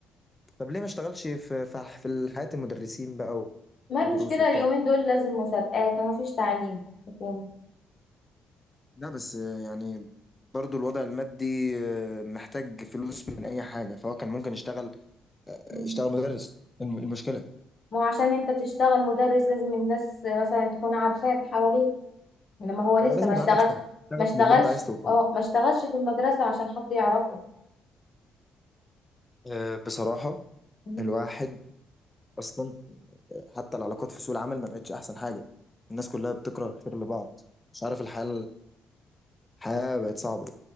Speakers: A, on the left (about 15°); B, on the left (about 50°).
A: طب ليه ما اشتغلش في في في حياة المدرسين بقى و-
B: ما
A: ودروس
B: المشكلة
A: وبتاع
B: اليومين دول لازم مسابقات ما فيش تعيين حكومي
A: لا بس آه، يعني برضو الوضع المادي آه، محتاج فلوس من اي حاجة فهو كان ممكن يشتغل آه،
B: مم.
A: يشتغل مدرس الم- المشكلة
B: ما هو عشان انت تشتغل مدرس لازم الناس مثلا تكون عارفاك حواليك انما هو لسه
A: آه، لازم
B: ما
A: يكون
B: اشتغلش
A: عندك شغف شغف
B: ما اشتغلش
A: للي انت عايز توصله
B: اه ما اشتغلش في المدرسة عشان حد يعرفه
A: آه، بصراحة
B: مم.
A: الواحد اصلا حتى العلاقات في سوق العمل ما بقتش احسن حاجه الناس كلها بتكره الخير لبعض مش عارف الحياه الحياه بقت صعبه